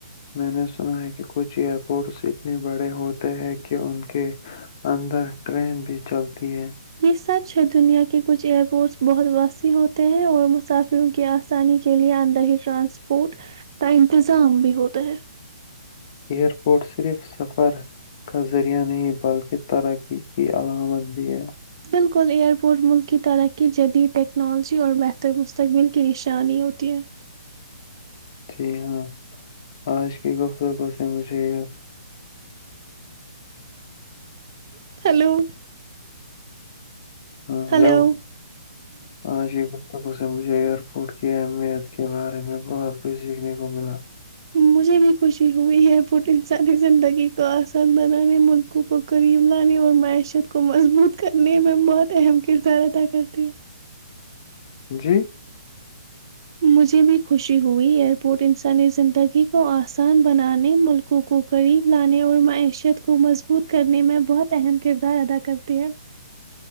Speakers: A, on the left; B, on the right.
A: میں نے سنا ہے کہ کچھ ایئرپورٹس اتنے بڑے ہوتے ہیں کہ ان کے اندر ٹرین بھی چلتی ہے <unintelligible>
B: یہ سچ ہے دنیا کے کچھ ایئرپورٹس بہت واسیع ہوتے ہیں اور مسافروں کی آسانی کےلئے اندہ ہی ٹرانسپورٹ کا انتظام بھی ہوتا ہے <unintelligible>
A: ایئرپورٹ صرف سفر کا ذریعہ نہیں بلکہ ترقی کی علامت بھی ہے <unintelligible>
B: بالکل ایئرپورٹ ملک کی ترقی جدید ٹیکنالوجی اور بہتر مستقبل کی نشانی ہوتی ہےفففف لف <unintelligible>
A: <inaudible> <unintelligible>
B: ہلو <unintelligible>
A: ہاں ہیلو
B: ہلو
A: ہاں جی <unintelligible> سے مجھے ایئرپورٹ کیا ہے میں اس کے بارے میں بہت کچھ سیکھنے کو ملا <unintelligible>
B: مجھے بھی خوشی ہوئی ہے پٹ انسانی زندگی کو آسان بنانے ملکوں کو قریم لانے اور معیشت کو مضبوط کرنے میں بہت اہم کردار ادا کرتی ہےفک <unintelligible>
A: جی <unintelligible>
B: مجھے بھی خوشی ہوئی ایئرپورٹ انسر نے زندگی کو اسان بنانے ملکوں کو قریب لانے اور معیشت کو مضبوط کرنے میں بہت اہم کردار ادا کرتے ہیں <unintelligible>